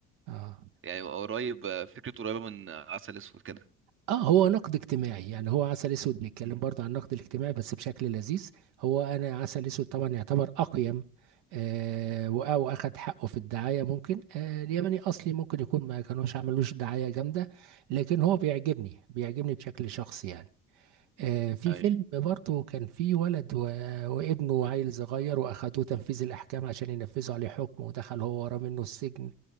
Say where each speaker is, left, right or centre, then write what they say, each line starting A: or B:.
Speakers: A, on the right; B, on the right.
A: اه
B: يعني قريب آه، فكرته قريبه من آه، عسل اسود كده
A: اه هو نقد اجتماعي يعني هو عسل اسود بيتكلم
B: امم
A: برضه عن النقد الاجتماعي بس بشكل لذيذ هو انا عسل اسود طبعا يعتبر اقيم آه وأ- واخد حقه في الدعايه ممكن آه الياباني اصلي ممكن يكون ما كانوش عملوش دعايه جامده لكن هو بيعجبني بيعجبني بشكل شخصي يعني آه في
B: ايوه
A: فيلم برضه كان فيه ولد و... وابنه عيل صغير واخدوه تنفيذ الاحكام عشان ينفذوا عليه حكم ودخل هو وراه منه السجن